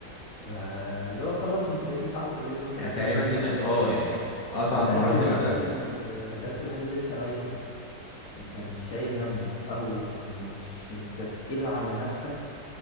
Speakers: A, on the left; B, on the left.
A: فاللي هو خلاص أنت بقيت متعود كل يوم أنت
B: يعني
A: رايح
B: تقريبا
A: درس
B: دي
A: أو
B: كانت
A: درسين
B: اه يعني اصعب
A: فالدرس
B: مراحل
A: الوحيد
B: المدرسة
A: ال... آه، فالدرس الوحيد اللي أنت رايحه انت مش شايل همه او مش مستتقله على نفسك